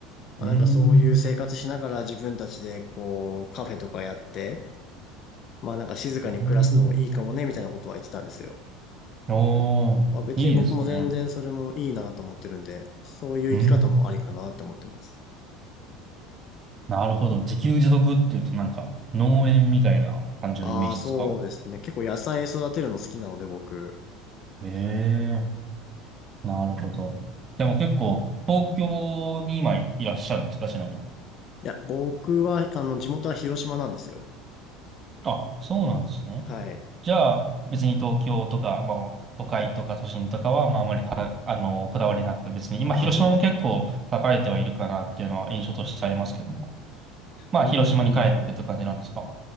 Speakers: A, on the left; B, on the right.
A: まあなんかそういう生活しながら自分たちでこうカフェとかやって、
B: ーん。
A: まあなんか静かに暮らすのもいいかもねみたいなことは言ってたんですよ。
B: うーんおー、
A: まあ別に僕も全然それもいいなと思ってるんで、
B: いいですね。
A: そういう生き方もありかなって思ってます。
B: うーんなるほど。自給自足っていうとなんか農園みたいな感じのイメージですか
A: ああ、そうですね。結構野菜育てるの好きなので僕。
B: へえ、なるほど。でも結構東京に今いらっしゃるんですか、しなの。
A: いや、僕は、あの、地元は広島なんですよ。
B: あ、そうなんですね。
A: はい。
B: じゃあ別に東京とか、まあ、都会とか都心とかは、まあ、あまりか、あの、こだわりなく、別に今広島も結構栄えてはいるかなっていうのは印象としてありますけども。
A: あの、も
B: まあ広島に帰ってって感じなんですか。
A: ううー